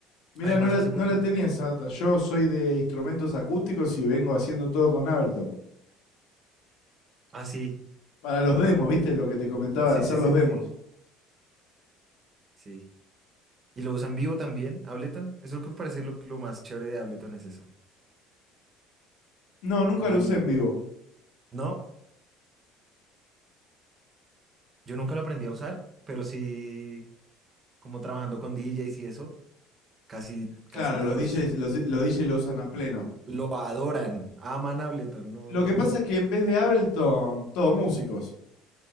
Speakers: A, on the left; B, on the right.
A: Mira,
B: Además,
A: no la,
B: hace
A: no
B: poquito,
A: la tenía esa data. Yo soy de instrumentos acústicos y vengo haciendo todo con Ableton.
B: ah, sí,
A: Para los demos, ¿viste? Lo que te comentaba
B: sí,
A: de hacer
B: sí, sí,
A: los demos.
B: sí, sí. sí. Y lo usan vivo también, Ableton. Eso es lo que me parece lo, lo más chévere de Ableton es eso.
A: No, nunca
B: Como
A: lo
B: el,
A: usé en vivo.
B: no, yo nunca lo aprendí a usar, pero sí, como trabajando con DJs y eso, casi, casi
A: Claro,
B: todos
A: los DJs, los, los DJs lo usan a pleno.
B: lo adoran, aman Ableton. No,
A: Lo
B: no.
A: que pasa es que en vez de Ableton, todos músicos.